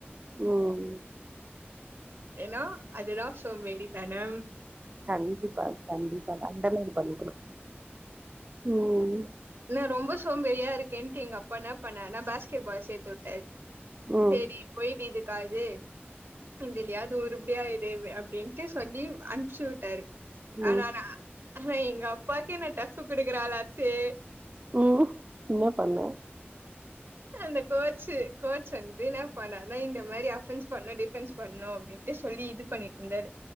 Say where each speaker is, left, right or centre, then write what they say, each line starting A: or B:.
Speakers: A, on the right (about 30°); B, on the right (about 60°).
A: உம்
B: ஏன்னா அதுதா சோம்பேறித்தன
A: கண்டிப்பா கண்டிப்பா கண்டலன் பண்ணிக்கணு உம்
B: என்ன ரொம்ப சோம்பேரியா இருக்கேன்ட்டு எங்க அப்பா என்ன பண்ண நா பாஸ்கெட்பால் சேர்த்து விட்டாரு
A: ம்
B: சேரி போயி்ட இது இருக்காது இது இதிலியாது உருபுடியா இரு அப்பிடின்ட்டு சொல்லி அனுப்புசு விட்டாரு
A: ம்
B: ஆனானா ஆனா எங்க அப்பாக்கு என்ன டஃப் குடுக்குற ஆளாச்சே
A: ம் என்ன பண்ண
B: அந்த கோச்கோச் வந்து என்ன பனா இந்த மாரி அஃபன்ஸ் பண்ணு டிஃபன்ஸ் பண்ணு அப்பிடின்ட்டு சொல்லி இது பண்ணிட்டு இருந்தாரு